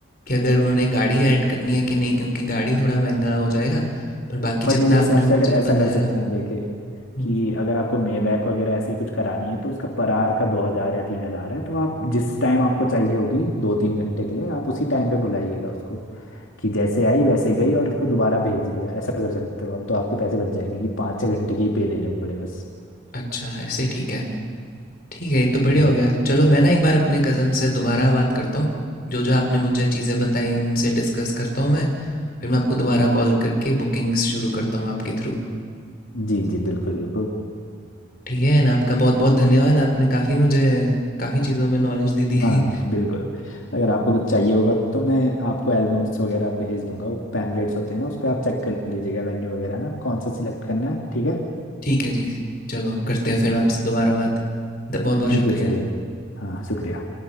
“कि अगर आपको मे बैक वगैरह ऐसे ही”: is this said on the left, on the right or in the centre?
Left